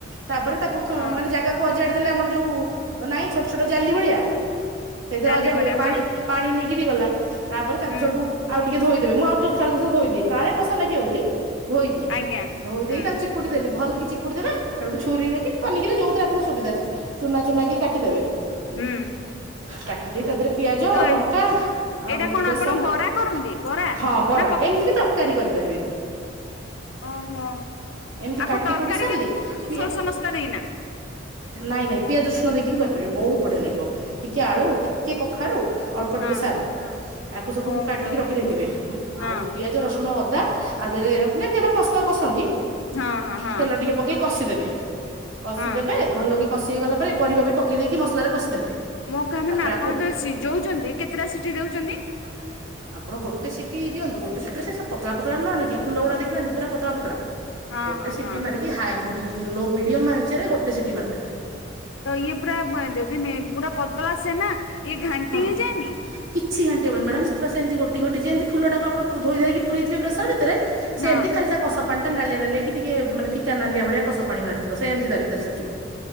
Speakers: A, on the right (about 80°); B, on the left (about 80°).
A: ତାପରେ ତାକୁ ଥ
B: ହଁ
A: ମାନେ ଜାଗାକୁ ଅଜାଡି ଦେଲେ ଆମର ଯୋଉ ନାଇଁ ଛୋଟ, ଛୋଟ ଜାଲି ଭଳିଆ? ସେଇଥିରେ
B: ଜାଲି
A: ଅଜାଡ଼ି
B: ଭଳିଆ
A: ଦେବେ ପାଣି
B: ହଁ
A: ପାଣି ନିଗିଡ଼ି ଗଲା ତାପରେ ତାକୁ
B: ହୁଁ
A: ସେଉଠୁ
B: ହୁଁ ହୁଁ
A: ଆଉ ଟିକେ ଧୋଇଦେବେ, ମୁଁ ଆଉ ଥରେ ଦିଥରେ ଧୋଇ ଦିଏ କାଳେ କଷା ଲାଗିବ ବୋଲି ଧୋଇ ଦିଏ
B: ଆଜ୍ଞା
A: ଧୋଇ ଦେଇକି
B: ହୁଁ
A: ତାକୁ ଚିପୁ ପୁଡ଼ି ଦେଲି ଭଲ୍ କି ଚିପୁଡ଼ି ଦେବେ। ସେଉଠୁ ଛୁରୀରେ କି ପନିକି ରେ ଯୋଉଥିରେ ଆପଣ ସୁବିଧା ଚୁନା ଚୁନା କି କାଟିଦେବେ।
B: ହୁଁ।
A: କା ଦେଇ ତା ଦେହରେ ପିଆଜ,
B: ତ
A: ଲଙ୍କା
B: ଏଇଟା
A: ଆଉ
B: କଣ
A: ବେସନ
B: ଆପଣ ବରା କରନ୍ତି ବରା
A: ହଁ ବରା
B: ନା ପକ
A: ଏମିତି ବି ତରକା କାରି କରିପାରିବେ ବି।
B: ଓହୋ
A: ଏମିତି
B: ଆକୁ
A: କାଟି
B: ତରକାରୀ
A: କୁଟି ସାରିଲେ
B: କେମିତି କରନ୍ତି,
A: ପିଆ
B: ସୋରଷ ମସଲା ଦେଇକିନା?
A: ନାଇଁ ନାଇଁ ପିଆଜ ରଷୁଣ ଦେଇକି ବି କରିପାରିବେ, ବହୁତ ବଢିଆ ଲାଗିବ। ଟିକେ ଆଳୁ ଟିକେ କଖାରୁ ଅଳ୍ପ
B: ହଁ
A: ଟିକେ ସାରୁ ଆକୁ ସବୁକୁ
B: ଓକେ
A: କାଟିକି
B: ଓକେ
A: ରଖିଦେଇଥିବେ,
B: ହଁ
A: ଆଉ ପିଆଜ, ରସୁଣ, ଅଦା ଆ ଦେହରେ ଆପ ଯେମତି ଆମର ମସଲା କଷନ୍ତି,
B: ହଁ ହଁ ହଁ
A: ତେଲ ଟିକେ ପକେଇକି କଷିଦେବେ। କଷିଦେବେ
B: ହଁ
A: ଭଲ କି କଷି ହେଇଗଲା ପରେ ପରିବା ବି ପକେଇ ଦେଇକି ମସଲାରେ କଷିଦେବେ।
B: ମୋ କାହା
A: ତାପରେ
B: ମାନ ଆପଣ
A: ଆକୁ
B: ଯେ ସିଝଉଛନ୍ତି କେତେଟା ସିଟିି ଦଉଛନ୍ତି?
A: ସିଯୋଚନ୍ତି ଆପଣ ଗୋଟେ ସିଟି ଦିଅନ୍ତୁ ଗୋଟେ ସିଟରେ ସେ ପତଳା ପତଳା ନେ କି ଫଲଗୁଡା ଦେଖି ନାହାନ୍ତି ପୁର ପତଳା ପତଳା।
B: ହଁ
A: ଗୋଟେ
B: ହଁ
A: ସିଟି
B: ହଁ
A: ମାରିକି ହା ଲୋ ମିଡିୟମ ଆଞ୍ଚରେ ଗୋଟେ ସିଟି ମାରିଦେବେ।
B: ତ ଇଏ ପୁରା ଯଦି ପୁରା ପତଳା ଆସେନା ଇଏ ଘାଣ୍ଟି
A: ହଁ
B: ହେଇଯାଏନି।
A: କିଛି ଘାଟି ହବନି ମ୍ୟାଡ଼ାମ ସେ ପୁରା ସେମତି ଗୋଟି ଗୋଟି ଯେମତି ଫୁଲ ଟାକୁ ଆପଣ ଧୋଇ ଦେଇକି ପୁରେଇଥିବ ପ୍ରେସର୍ ଭିତରେ ସେମିତି
B: ହଁ
A: ଖାଲି ତା କଷା ପାଣି ଟା ନାଲିଆ ନାଲିଆ କି ଟିକେ ମାନେ ଫିକା ନାଲିଆ ଭଳିଆ କଷ ପାଣି ବାହାରିଥିବ ସେ ଏମିତି ତା ଭିତରେ ସେ ଥିବ